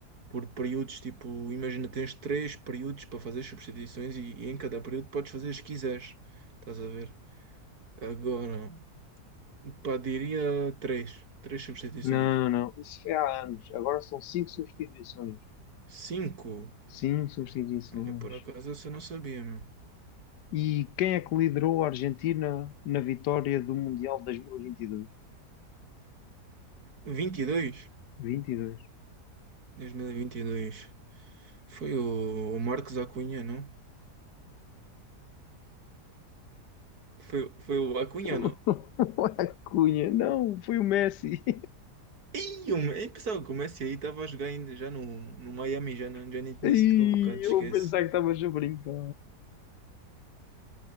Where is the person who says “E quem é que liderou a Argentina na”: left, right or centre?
Left